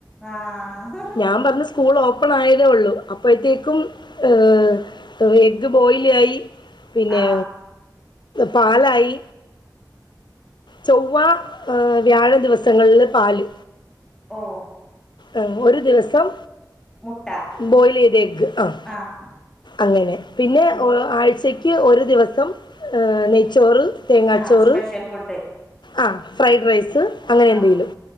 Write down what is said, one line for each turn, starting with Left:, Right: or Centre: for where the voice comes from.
Centre: ആഹ്
Left: ഞാൻ പറഞ്ഞു സ്കൂൾ ഓപ്പൺ ആയതേ ഉള്ളു അപ്പഴത്തേക്കും ഏഹ് എഗ്ഗ് ബോയിലൂ ആയി പിന്നെ
Centre: ആഹ്
Left: പാലായി ചൊവ്വാ ഏഹ് വ്യാഴം ദിവസങ്ങളില് പാല്
Centre: ഓഹ്
Left: ആഹ് ഒരു ദിവസം
Centre: മുട്ട
Left: ബോയ്ലെയ്ത എഗ് അഹ്
Centre: ആഹ്
Left: അങ്ങനെ പിന്നെ
Centre: ഉം
Left: ആഴ്ചക്ക് യ്ക്ക് ഒരു ദിവസം നെയ്ച്ചോറ് തേങ്ങാച്ചോറ്
Centre: ആഹ് സ്പെഷ്യൽ ഫുഡ്
Left: ആഹ് ഫ്രൈഡ് റൈസ്
Centre: ഉം
Left: അങ്ങനെ
Centre: ആഹ്
Left: എന്തെങ്കിലും